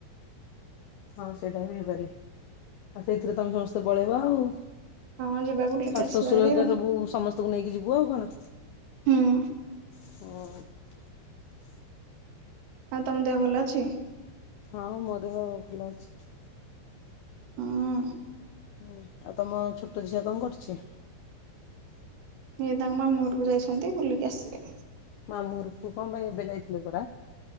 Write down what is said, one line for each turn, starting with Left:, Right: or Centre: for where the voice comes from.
Left: ହଁ ସେଇଟା ବି ହେଇପାରେ ଆଉ ସେଇଥିରେ ତମେ ସମସ୍ତେ ପଳେଇବ ଆଉ।
Right: ହଁ ଯିବା ବୁଲିକି
Left: ଶାଶୁ
Right: ଆସିବା
Left: ଶଶୁର
Right: ଭାରି
Left: ହେକା
Right: ଆଉ
Left: ସବୁ ସମସ୍ତଙ୍କୁ ନେଇକି ଯିବୁ ଆଉ କଣ?
Right: ହୁଁ।
Left: ହୋଉ।
Right: ଆଉ ତମ ଦେହ ଭଲ ଅଛି?
Left: ହଁ ମୋ ଦେହ ଭଲ ଅଛି।
Right: ହୁଁ।
Left: ହୁଁ, ଆଉ ତମ ଛୋଟୋ ଝିଅ କଁ କରୁଛି?
Right: ସିଏ ତାଙ୍କ ମାମୁଁ ଘରକୁ ଯାଇଛନ୍ତି ବୁଲିକି ଆସିବେ।
Left: ମାମୁଁ ଘରକୁ କଁ ପାଇଁ ଏବେ ଯାଇଥିଲେ ପରା?